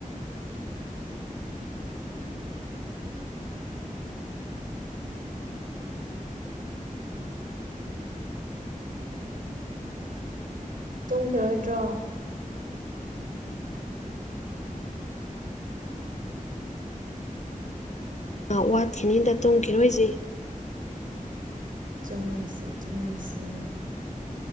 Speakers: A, on the right; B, on the left.
A: ꯇꯨꯡꯈꯤꯔꯣꯏꯗ꯭ꯔꯣ
B: ꯑ ꯋꯥꯠꯈꯤꯅꯤꯗ ꯇꯨꯝꯈꯤꯔꯣꯏꯁꯦ
A: ꯇꯨꯝꯃꯣꯏꯁꯤ ꯇꯨꯝꯃꯣꯏꯁꯤ